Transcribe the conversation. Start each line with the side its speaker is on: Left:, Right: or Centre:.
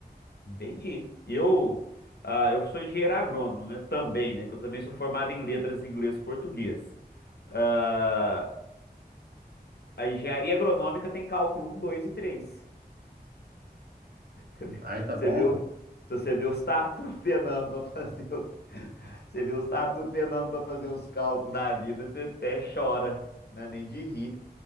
Left: Entendi. Eu, ah, eu sou engenheiro agrônomo, né? Também, né? Que eu também sou formado em letras inglês e português. Ah, a engenharia agronômica tem cálculo um, 2 e 3. Você vê,
Right: Aí tá
Left: você
Right: bom,
Left: vê o-
Right: pô.
Left: se você vê os tatu penando para fazer o, <laughs> você vê os tatu penando para fazer os cálculos da vida, você até chora, né? Nem de rir.